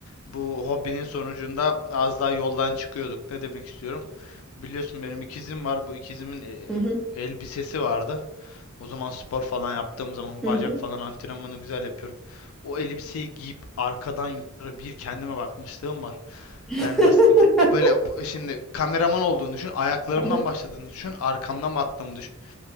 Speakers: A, on the left (about 80°); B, in the centre.
A: Bu hobinin sonucunda az daha yoldan çıkıyorduk. Ne demek istiyorum? Biliyorsun benim ikizim var. Bu ikizimin e,
B: Hı hı,
A: elbisesi vardı. O zaman spor falan yaptığım zaman
B: hı
A: bacak
B: hı.
A: falan antrenmanı güzel yapıyorum. O elbiseyi giyip arkadan yukarı bir kendime bakmışlığım var.
B: <laughs>
A: Yani nasıl diyeyim? A Böyle şimdi kameraman olduğunu düşün, ayaklarımdan
B: Aha.
A: başladığını düşün, arkamdan baktığımı düşün.